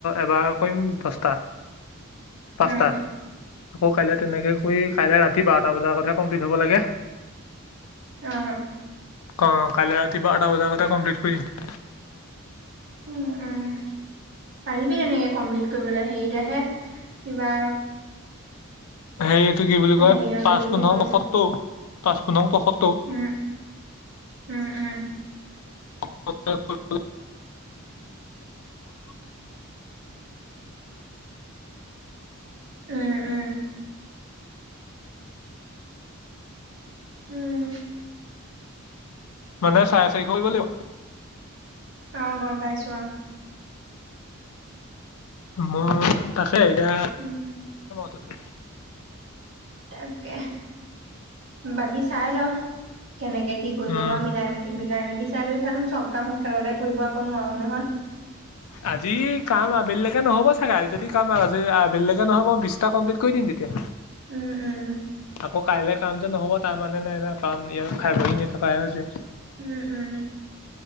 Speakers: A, on the left; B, on the right.
A: এবাৰ কৰিম দহটা পাঁচটা।
B: উম
A: আকৌ কাইলে তেনেকে কৰি কাইলে ৰাতি বাৰটা বজাৰ আগতহে কমপ্লিট হ'ব লাগে।
B: অ।
A: অঁ' কাইলৈ ৰাতি বাৰটা বজাৰ আগতে কমপ্লিট কৰিম।
B: উ উম পাৰিবি তেনেকে কমপ্লিট কৰিবলৈ হেৰিতাহে কিবা।
A: হেৰি এইটো কি বুলি কয়
B: হেৰি হেৰিকে
A: পাঁচ পোন্ধৰ
B: কৰি
A: পয়সত্তৰ পাঁচ পোন্ধৰ পয়সত্তৰ।
B: ওম উম উম।
A: <unintelligible>
B: উম উম। উম
A: মানে চাৰে চাৰিশ কৰিব লাগিব।
B: অঁ' গম পাইছোঁ অঁ'
A: মই তাকে এতিয়া
B: উম
A: তাতে।
B: তাকে বাকী চাই ল কেনেকে কি কৰিব
A: উম
B: পাৰ মিলাই মেলি। মিলাই মেলি চাই লৈ চাওঁ চব কাম একেলগতে কৰিব একো নোৱাৰোঁ নহয়।
A: আজি কাম আবেলিলৈকে নহব চাগে আজি যদি কামজি আবেলিলৈকে নহব মই বিশটা কমপ্লিট কৰি দিম তেতিয়া।
B: উম উম।
A: আকৌ কাইলৈ কাম যে নহব তাৰ মানে নাই ন কাৰণ ইয়াৰ খাই বহি এনে থকাহে হৈছে।
B: উম উম।